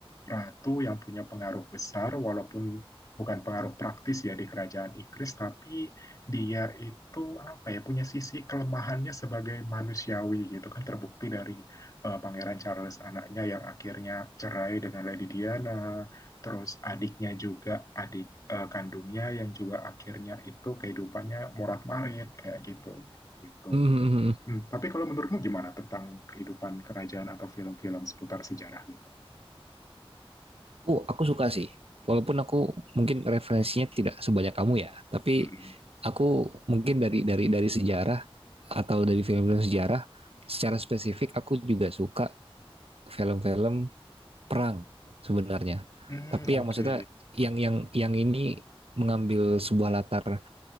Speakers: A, on the left (about 35°); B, on the right (about 75°).
A: ratu yang punya pengaruh besar walaupun bukan pengaruh praktis ya di kerajaan Inggris tapi dia itu apa ya punya sisi kelemahannya sebagai manusiawi gitu kan terbukti dari eh, Pangeran Charles anaknya yang akhirnya cerai dengan Lady Diana terus adiknya juga adik eh, kandungnya yang juga akhirnya itu kehidupannya morat-marit kayak gitu gitu
B: Hmm, hmm, hmm.
A: Hmm, tapi kalau menurutmu gimana tentang kehidupan kerajaan atau film-film seputar sejarah gitu?
B: aku aku suka sih. Walaupun aku mungkin referensinya tidak sebanyak kamu ya, tapi
A: Hmm,
B: aku mungkin dari dari dari sejarah atau dari film-film sejarah secara spesifik aku juga suka film-film perang sebenarnya.
A: Hmm,
B: Tapi yang
A: oke.
B: maksudnya yang yang yang ini mengambil sebuah latar